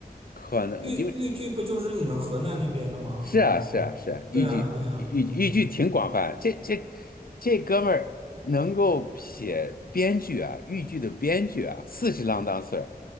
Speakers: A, on the left; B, on the right.
A: 可能因为
B: 豫豫剧不就是你们河南那边的吗？
A: 是啊是啊是啊，
B: 哦，对啊对啊，
A: 豫剧豫豫剧挺广泛，
B: 嗯，
A: 这这这哥们儿能够写编剧啊，豫剧的编剧啊，四十郎当岁儿